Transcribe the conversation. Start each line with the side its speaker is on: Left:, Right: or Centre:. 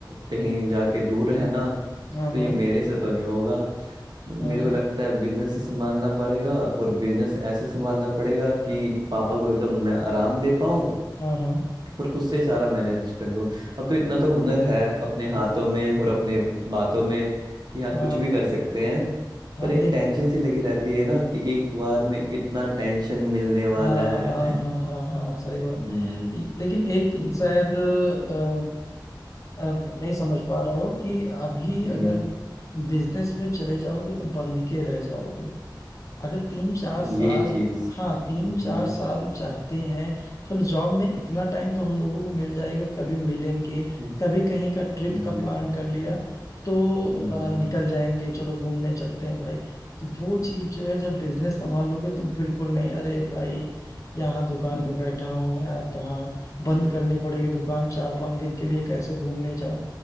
Right: कहीं जाके दूर रहना
Left: हाँ
Right: तो
Left: हाँ
Right: ये मेरे से तो नहीं होगा मेरे
Left: हाँ
Right: को लगता है बिजनेस ही संभालना पड़ेगा और बिजनेस ऐसे संभालना पड़ेगा कि पापा को एकदम मैं आराम दे पाऊँ
Left: हाँ हाँ
Right: और खुद से ही सारा मैनेज कर लूँ अब तो इतना तो हुनर है अपने हाथों में और अपने बातों में कि हाँ
Left: हाँ
Right: कुछ भी कर सकते हैं
Left: हाँ,
Right: पर एक
Left: लेकिन
Right: टेंशन सी लगी रहती है ना कि एक बार में इतना टेंशन मिलने वाला
Left: हाँ
Right: है
Left: हाँ हाँ हाँ हाँ सही बात
Right: हम्म,
Left: लेकिन एक चीज शायद अ, अ, नहीं समझ पा रहे हो कि अभी
Right: हम्म,
Left: अगर बिजनेस में चले जाओगे तो बंध के रह जाओगे अगर तीन चार साल
Right: ये चीज
Left: हाँ तीन
Right: हम्म,
Left: चार साल चाहते हैं चलो जॉब में इतना टाइम तो हम लोगों को मिल जाएगा कभी मिलेंगे
Right: हम्म,
Left: कभी कहीं का ट्रिप
Right: हम्म,
Left: का प्लान कर लिया तो
Right: हम्म,
Left: आ, निकल जाएंगे चलो घूमने चलते हैं भाई तो वो चीज जो है जब बिजनेस संभाल लोगे तो बिल्कुल नहीं अरे भाई यहाँ दुकान
Right: हम्म,
Left: पे बैठा हूँ यार कहाँ बंद करनी पड़ेगी दुकान चार पांच दिन के लिए कैसे घूमने जाऊं